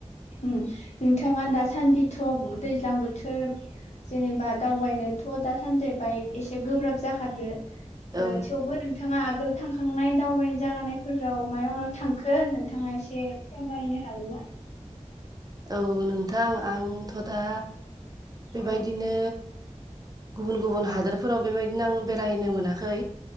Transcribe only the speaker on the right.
औ
औ नोंथां आंथ' दा बेबायदिनो
गुबुन गुबुन हादोरफोराव बेबायदिनो आं बेरायनो मोनाखै